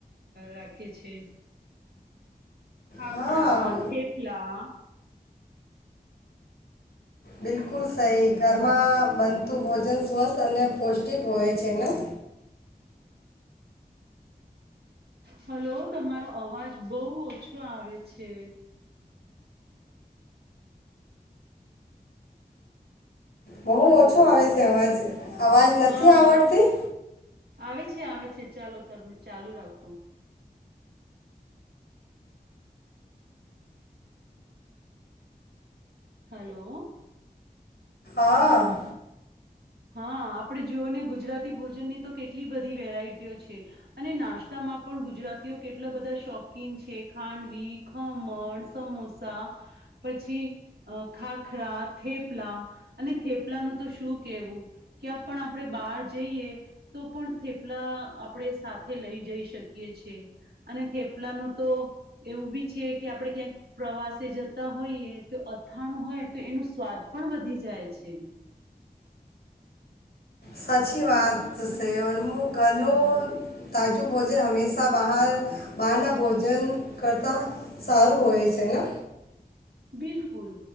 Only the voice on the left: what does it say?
હા
બિલકુલ સહી ઘરમાં બનતું ભોજન સ્વસ્થ અને પૌષ્ટિક હોય છે, ના
બહુ
ઓછો આવે છે, અવાજ અવાજ
નથી આવડતી
હા
સાચી વાત છે, અનમુ ઘરનું તાજું ભોજન હંમેશા બહાર બહારના ભોજન કરતા સારું હોય છે ને,